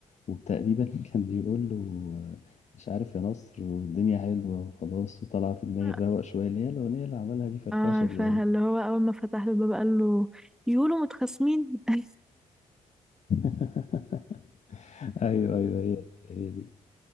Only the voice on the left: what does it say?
وتقريبا <laughs> كان بيقول له آه، مش عارف يا نصر والدنيا حلوة وخلاص وطلع في دماغي
الروق شوية اللي هي الأغنية اللي عملها دي فرفشة
دي أوي
<laughs> أيوه أيوه هي دي هي دي